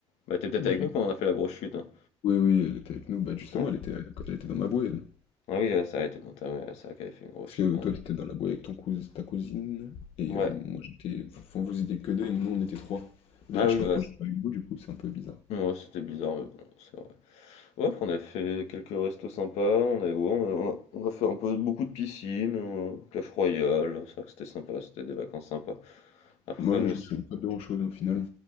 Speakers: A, on the left; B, on the left.
A: Bah, t'es peut-être
B: Moi,
A: avec
B: j'ai...
A: nous quand on a fait la grosse chute, hein.
B: Oui, oui, elle était avec nous. Bah, justement,
A: Ouais.
B: elle était, quand elle était dans ma bouée, elle.
A: Ah oui, elle s'est arrêtée dans ta, ouais, ouais, c'est vrai qu'elle avait fait une grosse
B: Parce
A: chute.
B: que toi, t'étais dans la bouée avec ton cous... ta cousine. Et
A: Ouais.
B: euh, moi, j'étais. Enfin, vous étiez que deux et nous, on était trois. D'ailleurs,
A: Ah oui,
B: je
A: ouais.
B: sais pas pourquoi
A: c-
B: j'étais pas avec vous, du coup, c'est un peu bizarre.
A: ouais, c'était bizarre, mais bon, c'est vrai. Ouais, après, on a fait quelques restos sympas, on a, ouais, on a, on a fait un peu beaucoup de piscine, euh, Clash Royale, c'est vrai que c'était sympa, c'était des vacances sympas. Après,
B: Moi mais
A: je
B: je
A: sais...
B: me souviens pas de grand-chose au final.